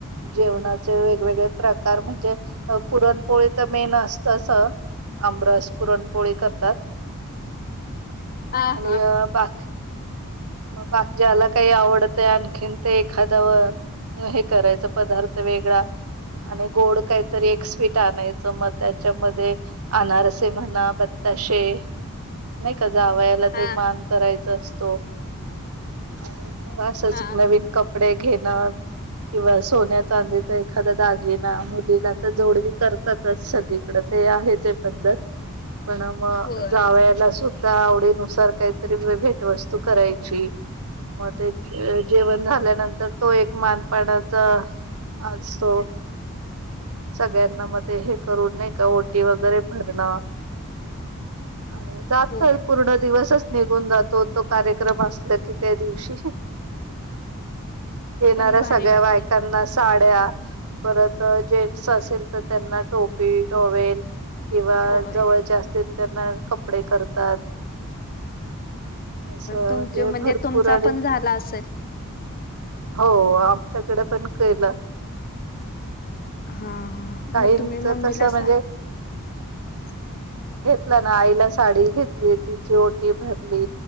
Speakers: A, on the right (about 75°); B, on the left (about 40°).
A: जेवणाचे वेगवेगळे प्रकार म्हणजे पुरणपोळीत मेन असतच आमरस पुरणपोळी करतात
B: हा
A: आणि
B: हा
A: अ बा म बाकी ज्याला काही आवडत आहे आणखीन ते एखादा व हे करायचं पदार्थ वेगळां असतो आणि गोंड कांहींतरी एक स्वीट आणायचं मंग त्यांच्यामध्यें आनारसेे म्हणां बत्ताशे नाहीं कां जांवयाले
B: हा
A: ते मांन करायचं असतो आणि मंग असंच
B: हा
A: नवीन कपडे घेणं अं किंवा सोन्यां चांदी तरं एखांदी दागिना मुलीला तरं जोडवी करतांतच सगळीकडे ते आहे ते पद्धतं
B: <unintelligible>
A: पणं मंग
B: होय
A: जावयांला सुद्धां आवडीनुसांर कांहीतरी भेटंवस्तूं करांयची मंग ते जेवणं झाल्यानंतर तो एक मानपाणांचां असो सगळ्यांना मंग हे करूं नाहीं कां ओटी वगैरे भरणं आणि जातं
B: होय
A: पूर्ण दिवसंच निघूंन जातो तो कार्य कांरेकम असलां की त्यां दिवशी येणाऱ्यां
B: पण भारी
A: सगळ्यां
B: वाटते
A: बायकांना साड्यां परंत जेंटस असेल तरं त्यांनां टोपी टोवेल किंवा
B: होय
A: जवळच्यां असतील त्यांना कपडे करतांत असं
B: तुमचं म्हणजे
A: भरपूर
B: तुमचां
A: आणि
B: पणं झालां असेल
A: हो आमच्यांकडे पणं केलं आहे नां
B: हां हां
A: काहींच
B: मंग तुम्हीं मम्मीलां
A: कसं म्हणजे
B: सांगा
A: घेतलां नां आईला सांडी घेतली तिची ओटी भरली